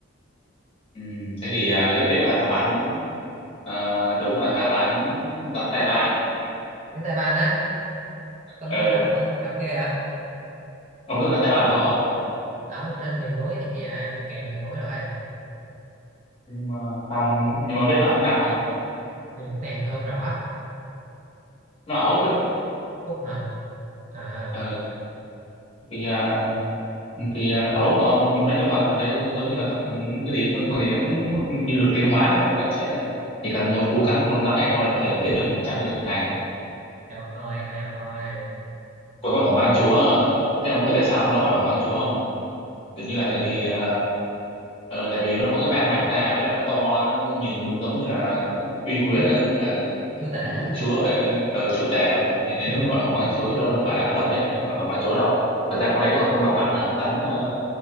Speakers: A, on the left; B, on the right.
A: ừ, thế thì ờ, rất tiếc là đáp án ờ, đúng là đáp án rắn tai bàn
B: đánh tay ban á con
A: ờ
B: nó mà độc là độc ghê à
A: ông biết rắn tai bàn ở đâu không
B: đó trên miền núi này kia à, trên cạn miền núi rồi
A: nhưng mà không nhưng mà ông biết nó ở nước nào không
B: thì cái này tôi không rõ
A: nó ở Úc ấy
B: Phúc hả à
A: ờ thì, ờ, thì ờ, ở Úc mà ông mấy con vật ở đấy giống như là vật ừ, cái gì con, con gì nó cũng như được tiến hóa để nó phát triển đấy chỉ cần một cú cắn của con rắn này thôi là có thể giết được 100 người trưởng thành
B: eo oi eo oi
A: còn con hổ mang chúa ờ, thế ông có biết tại sao nó gọi là hổ mang chúa không kiểu như là
B: phải
A: tại
B: gì
A: vì ờ, ờ tại vì nó có cái mang bành ra với lại nó to nó nhìn giống như là nó uy quyền
B: chúa
A: nó giống như là
B: chúa tể
A: đức
B: hả?
A: đức chúa vậy ờ chúa tể vậy thì, thì
B: <laughs>
A: nó mới gọi là hổ mang chúa chứ đâu đâu phải là nó độc nhất là nó gọi là hổ mang chúa đâu thật ra con đấy nó còn không độc bằng là rắn ờ,